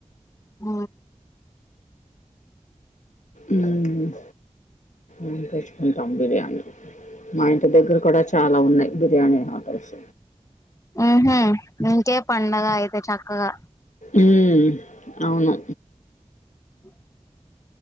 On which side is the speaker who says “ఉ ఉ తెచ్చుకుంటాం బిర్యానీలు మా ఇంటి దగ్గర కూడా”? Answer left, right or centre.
Left